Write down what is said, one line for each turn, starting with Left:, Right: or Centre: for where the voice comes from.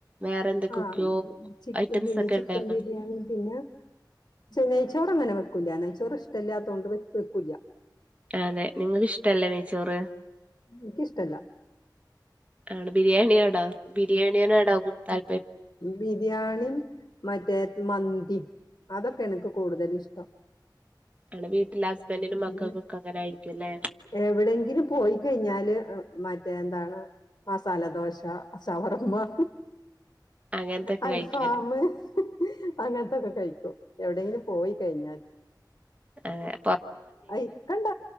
Right: വേറെ എന്തൊക്കൊക്കെയോ
Left: ആഹ് ചിക്ക
Right: ഐറ്റംസ്
Left: പിന്നെ
Right: ഒക്കെ
Left: ചിക്കൻ
Right: ഉണ്ടല്ലോ
Left: ബിരിയാണി പിന്നെ നെയ്ച്ചോറ് അങ്ങനെ വെക്കൂല. നെയ്ച്ചോറ് ഇഷ്ടല്ലാത്തോണ്ട് വെക്കൂല്ല.
Right: അതെ നിങ്ങക്ക് ഇഷ്ടല്ലേ നെയ്ച്ചോറ്?
Left: എനിക്കിഷ്ടല്ല
Right: ആണ് ബിരിയാണിയോടോ ബിരിയാണിയന്നെടാവും താല്പ
Left: ബിരിയാണിം മറ്റേ മന്തിം. അതൊക്കേണ് ഇൻക്ക് കൂടുതല് ഇഷ്ടം.
Right: ആണ് വീട്ടിലെ ഹസ്ബൻഡിനും മക്കൾക്കൊക്കെ
Left: ഉം
Right: അങ്ങനെ ആയിരിക്കുംല്ലേ
Left: എവിടെങ്കിലും പോയി കഴിഞ്ഞാല് മ റ്റേ എന്താണ് മസാലദോശ ശവർമ്മ <inaudible>
Right: അങ്ങനത്തൊക്കെ
Left: അൽഫാമ്
Right: കഴിക്കുവല്ലേ
Left: അങ്ങൻത്തൊക്കെ കഴിക്കും ഹൌ ടേങ്കിലു പോയി കഴിഞ്ഞാൽ
Right: ആഹ്
Left: ഇക്കണ്ട